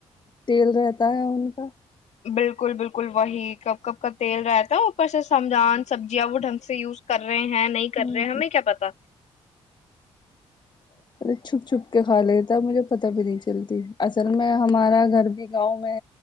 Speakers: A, on the left; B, on the left.
A: تیل رہتا ہے ان کا
B: بالکل بالکل وہی کپ کب کا تیل رہتا اوپر سے سمجان سبزیاں وہ ڈھنگ سے یوز کر رہے ہیں نہیں کر
A: ہ
B: رہے ہمیں کیا پتا
A: <unintelligible> <unintelligible> پتا بھی نہیں چلتی اصل میں ہمارا گھر بھی گاؤں